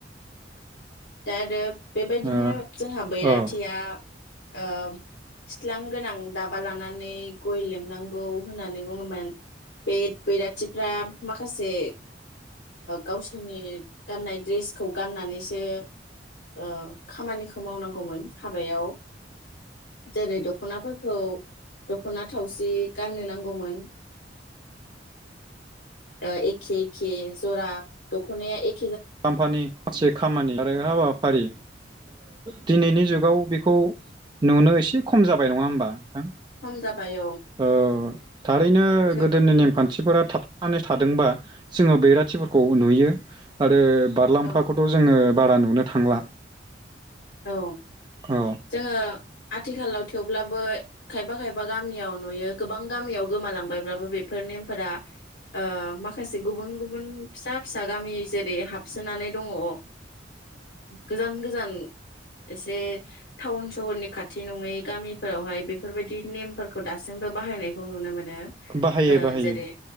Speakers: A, on the left (about 80°); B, on the right (about 25°).
A: दाआरो बेबायदिनो
B: ओ
A: जोंहा
B: औ
A: बैराथिया ओ खिथ्लां गोनां दाबा लानानै गय लेमनांगौ होननानै बुङोमोन बे बैराथिफ्रा माखासे गावसोरनि गाननाय दड्रेसखौ गाननानैसो ओ खामानिखौ मावनांगौमोन हाबायाव जेरै दखनाफोरखौ दख'ना थावसि गाननो नांगौमोन ओ एखे एखे जरा दख'नाया एख
B: काम्फानि माखासे खामानि आरो हाबा फारि दिनैनि जुगाव बेखौ नुनो एसे खम जाबाय नङा होमबा नथां
A: खम जाबाय
B: औ थारैनो
A: थेव
B: गोदोनि नेमखान्थि बेथिफोरा थाबनानै थादोंबा जोङो बेैराथिफोरखौ नुयो आरो बारलाम्फाखौथ'
A: औ
B: जोङो बारा नुनो थांला।
A: औ
B: औ
A: जोङो आथिखालाव थेवब्लाबो खायफा खायफा गामियाव नुयो गोबां गामियाव गोमालांबायब्लाबो बेफोर नेमफोरा ओ माखासे गुबुन गुबुन फिसा फिसा गामि जेरै हाबसोनानै दङ ओ गोजान गोजान एसे टाउन सहरनि खाथि नङै गामिफोरावहाय बेफोरबायाददि नेमफोरखौ दासिमबो बाहायनायखौ नुनो मोनो
B: बाहायो
A: ओ
B: बाहायो
A: जेरै